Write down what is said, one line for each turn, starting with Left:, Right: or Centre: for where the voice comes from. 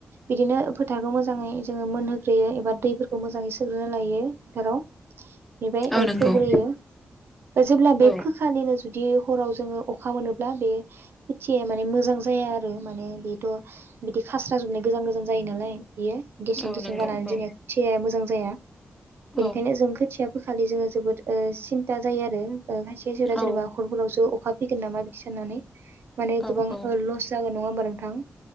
Right: बिदिनो फो थारखौ मोजाङै जोङो मोनहोग्रोयो एबा दैफोरखौ मोजाङै सोग्रोनो लायो फोथाराव। बेबाय
Centre: औ
Right: ओ
Centre: नंगौ
Right: फोग्रोयो। जेब्ला बे
Centre: औ
Right: फोखालिनो जुदि हराव जोङो अखा मोनोब्ला बे खोथिया माने मोजां जाया आरो माने बेथ' बिदि खास्रा जोबनाय गोजान गोजान जायो नालाय। बियो गेसें
Centre: औ
Right: गेसें
Centre: नंगौ
Right: जानानै
Centre: औ
Right: जोंनिया खोथियाया मोजां जाया।
Centre: औ
Right: बेनिखायनो जों खोथिया फोखालि जोङो जोबोद ओ सिनता जायो आरो ओ खायसे खायसेफोरा
Centre: औ
Right: जेनेबा हरफोरावसो अ खा फैगोन नामा बिदि साननानै माने
Centre: औ
Right: गोबां
Centre: औ
Right: लस जागोन नङा होमबा नोंथां।